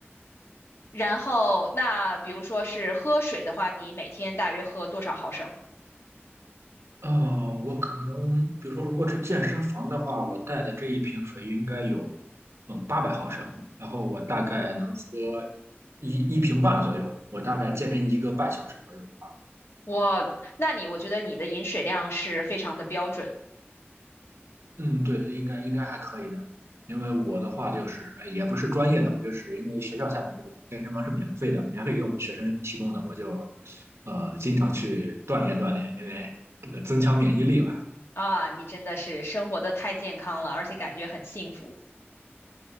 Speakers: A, on the left; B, on the right.
A: 然后那比如说是喝水的话，你每天大约喝多少毫升？
B: 呃，我可能比如说，如果是健身房的话，我带的这一瓶水应该有嗯八百毫升，然后我大概能喝一一瓶半左右，我大概健身一个半小时左右的话，
A: 我，那你我觉得你的饮水量是非常的标准
B: 嗯，对，应该应该还可以的，因为我的话就是，呃也不是专业的，我就是因为学校下面这个健身房是免费的，免费给我们学生提供的，我就呃经常去锻炼锻炼，因为这个增强免疫力嘛。
A: 啊，你真的是生活的太健康了，而且感觉很幸福。